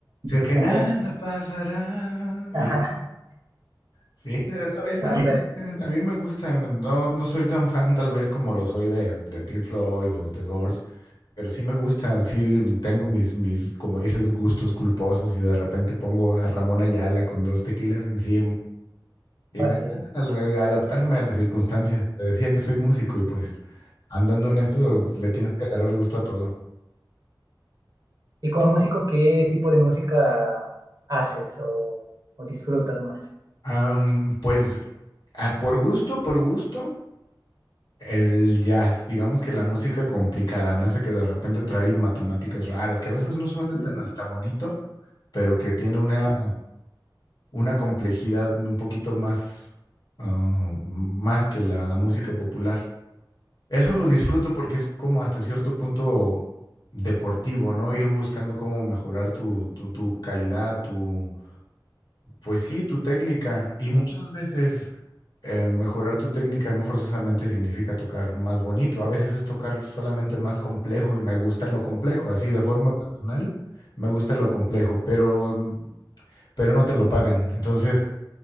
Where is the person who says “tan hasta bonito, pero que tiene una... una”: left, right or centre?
Left